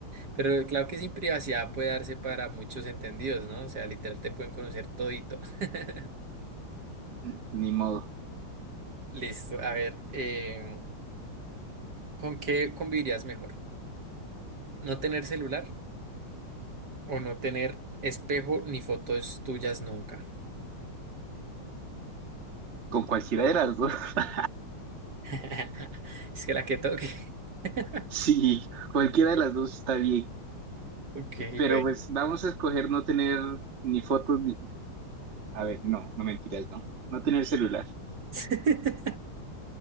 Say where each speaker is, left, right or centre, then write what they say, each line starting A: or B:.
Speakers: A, on the right; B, on the right.
A: Pero claro que sin privacidad puede darse para muchos entendidos, ¿no? O sea, literal te pueden conocer todito. <laughs>
B: Mm, Ni modo.
A: Listo, a ver, em, ¿con qué convivirías mejor? ¿No tener celular o no tener espejo ni fotos tuyas nunca?
B: Con cualquiera de las dos. <laughs>
A: <laughs> Es que la que toque. <laughs>
B: Sí, cualquiera de las dos está bien.
A: Ok,
B: Pero
A: bueno.
B: pues vamos a escoger no tener ni fotos, ni- A ver, no, no mentiras, no. No tener celular.
A: <laughs>